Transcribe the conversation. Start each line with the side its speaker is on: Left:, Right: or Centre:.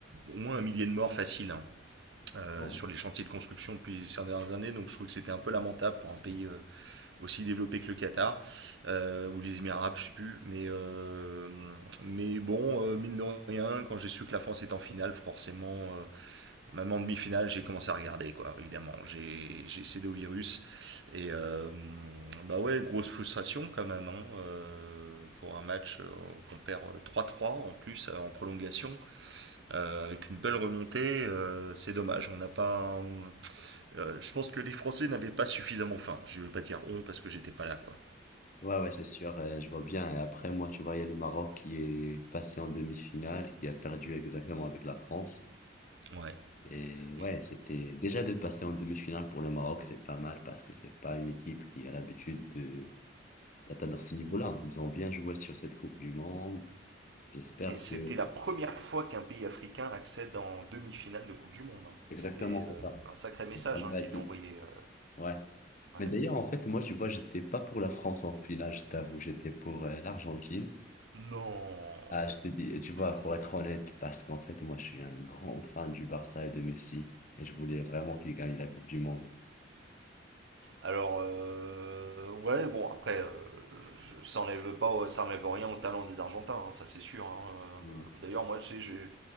Right: au moins un millier de morts faciles hein, euh,
Left: Bon.
Right: sur les chantiers de construction depuis ces dernières années, donc je trouve que c'était un peu lamentable pour un pays euh, aussi développé que le Qatar euh, ou les Émirats arabes, je ne sais plus. Mais, euh, mais bon, euh, mine de rien, quand j'ai su que la France est en finale, forcément, euh, même en demi-finale, j'ai commencé à regarder, quoi, évidemment. J'ai j'ai cédé au virus. Et euh, bah ouais, grosse frustration quand même, hein, euh, pour un match euh, qu'on perd trois trois en plus euh, en prolongation, euh, avec une belle remontée. euh, c'est dommage, on n'a pas. euh, je pense que les Français n'avaient pas suffisamment faim. Je ne vais pas dire on parce que j'étais pas là, quoi.
Left: Ouais, ouais, c'est sûr, euh, je vois bien. Et après, moi, tu vois, il y a le Maroc qui est passé en demi-finale, qui a perdu exactement avec la France.
Right: Ouais.
Left: Et ouais,
Right: Et,
Left: c'était déjà de passer en demi-finale pour le Maroc, c'est pas mal parce que c'est pas une équipe qui a l'habitude de d'atteindre ce niveau-là. Ils ont bien joué sur cette Coupe du Monde. J'espère
Right: et c'était
Left: que
Right: la première fois qu'un pays africain accède en demi-finale de Coupe du Monde. hein.
Left: Exactement,
Right: C'était
Left: c'est
Right: euh,
Left: ça.
Right: un sacré message
Left: La première
Right: hein, qui
Left: équipe.
Right: était envoyé. euh,
Left: Ouais.
Right: ouais.
Left: Mais d'ailleurs, en fait, moi, tu vois, j'étais pas pour la France en finale, je t'avoue, j'étais pour euh, l'Argentine.
Right: Non,
Left: Ah, je te dis,
Right: c'est
Left: tu vois,
Right: pas possible.
Left: pour être honnête, parce qu'en fait, moi, je suis un grand fan du Barça et de Messi, et je voulais vraiment qu'il gagne la Coupe du Monde.
Right: Alors, euh, ouais, bon, après, euh, ça n'enlève pas, ça enlève rien au talent des Argentins, hein, ça c'est sûr. hein. Euh,
Left: Mm.
Right: D'ailleurs, moi, tu sais, j'ai-